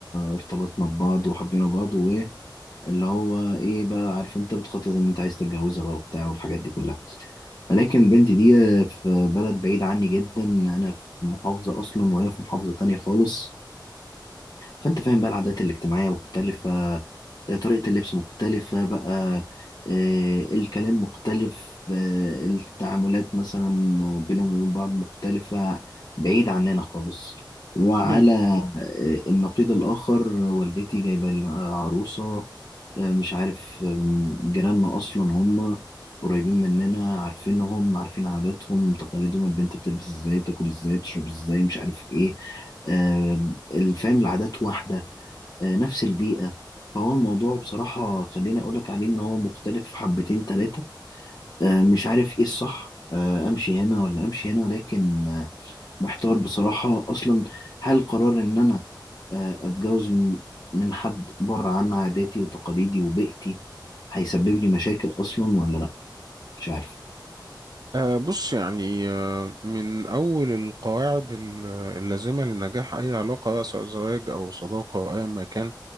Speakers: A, on the left; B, on the right.
A: ارتبطنا ببعض وحبينا بعض اللي هو ايه بقى عارف انت بتخطط ان انت عايز تتجوزها بقى وبتاع والحاجات دي كلها ولكن بنتي دي في بلد بعيد عني جدا انا في محافظة اصلا وهي في محافظة تانية خالص فانت فاهم بقى العادات الاجتماعية مختلفة آه، طريقة اللبس مختلفة بقى آه، الكلام مختلف آه، التعاملات مثلا بينهم وبين بعض مختلفة بعيد عننا خالص وعلى
B: مم.
A: آه، النقيض الآخر والدتي جايبة لي بقى عروسة آه، مش عارف آم، جيراننا أصلا هم قريبين مننا عارفينهم عارفين عاداتهم تقاليدهم البنت بتلبس ازاي بتاكل ازاي بتشرب ازاي مش عارف ايه آه، الفهم العادات واحدة آه، نفس البيئة فهو الموضوع بصراحة خليني أقولك عليه إن هو مختلف حبتين تلاتة آه، مش عارف إيه الصح آه، أمشي هنا ولا أمشي هنا لكن آه، محتار بصراحة أصلا هل قرار إن أنا آه، أتجوز م- من حد بره عن عاداتي وتقاليدي وبيئتي هيسبب لي مشاكل أصلا ولا لأ مش عارف
B: آه، بص يعني آه، من أول القواعد ال- اللازمة لنجاح أي علاقة بقى سواء زواج أو صداقة أو أيا ما كان